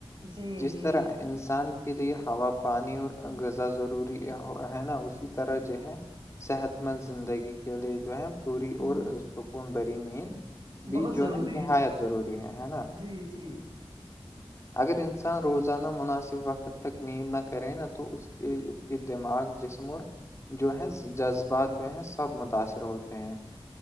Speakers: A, on the right; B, on the left.
A: جی
B: جس
A: جی
B: طرح انسان کے لیے ہوا پانی اور غزا ضروری ہے نا اسی طرح جو ہے صحت مند زندگی کے لئے جو ہے پوری
A: ہ
B: اور سکون بری نیند بھی
A: بہت
B: جو
A: ضروری
B: ہے نہایت ضروری ہے ہے نا
A: جی جی
B: اگر انسان روزانہ مناسب وقت تک نیند نہ کرے نہا تو اس کے کی دماغ جسم اور جو ہے جذبات جو ہیں سب متاثر ہوتے ہیں